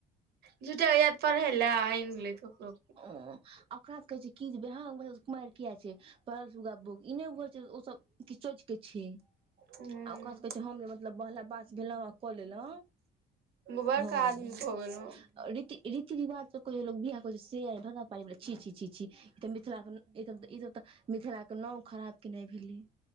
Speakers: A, on the right; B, on the right.
A: झूठ्ठे के जैत पढ़ैय लय ऐन लेत ककरो
B: ओं, ओकरा सब के होय छय की जे बियाह <unintelligible> कुमैइर कियैऽ छै? पढल सुगा बुक्क, ई नै बुझय छै ओ सब किछ सोइच के छै,
A: हुँ
B: आ ओकरा सबके होय छय, हम ने मतलब पहला पास भेलहुँ आ कऽ लेलौं,
A: बड़का
B: हँ-
A: आदमी भऽ गेलौं
B: रीति- रीति -रिवाज स कोय बियाह कलैछै से भगा परैवला छी- छी -छी ई तऽ मिथिलाके न्- ईसभ तऽ- ईसभ तऽ -मिथिलाके नांव खराब केनाय भेलैय।